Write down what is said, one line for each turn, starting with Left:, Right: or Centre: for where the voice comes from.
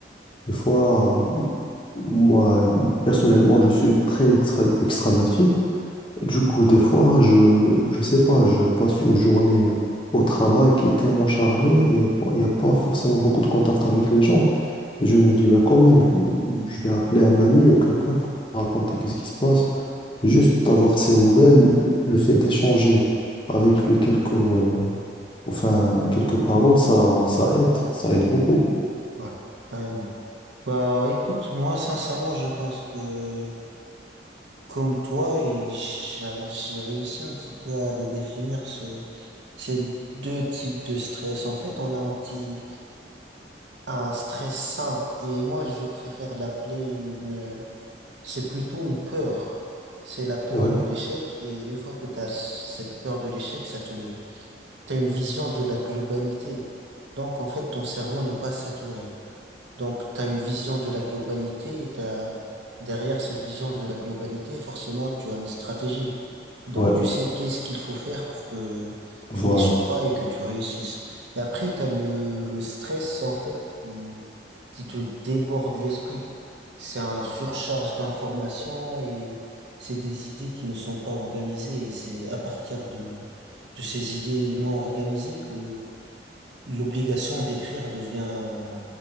Left: Des fois, euh,
Right: ouais,
Left: moi, euh, personnellement, je suis très extra- extraverti. Du coup, des fois, je, je sais pas, je passe une journée au travail qui est tellement chargée et il n'y a, pas y a pas forcément beaucoup de contact avec les gens. Et je me dis, bah, quand même, je vais appeler un ami ou quelqu'un pour raconter qu'est-ce qui se passe Juste avoir de ses nouvelles, le fait d'échanger avec lui quelques, euh, enfin, quelques paroles, ça, ça aide, ça aide beaucoup.
Right: ouais, carrément. Bah écoute, moi sincèrement, je pense que comme toi, et j'a- j'ai réussi un petit peu à les définir ce, ces deux types de stress. En fait, on a un petit un stress sain et moi je préfère l'appeler une euh, c'est plutôt une peur. C'est la peur
Left: Ouais,
Right: de l'échec et une fois que tu as cette peur de l'échec, ça te tu as une vision de la globalité. Donc, en fait, ton cerveau n'est pas saturé. Donc, tu as une vision de la globalité et t'as- derrière cette vision de la globalité, forcément, tu as une stratégie. Donc,
Left: Ouais,
Right: tu sais qu'est-ce qu'il faut faire pour que
Left: voilà.
Right: tu n'échoues pas et que tu réussisses. Et après, tu as le, le stress, en fait, qui, qui te déborde l'esprit. C'est un surcharge d'informations et c'est des idées qui ne sont pas organisées. Et c'est à partir de, de ces idées non organisées que l'obligation d'écrire devient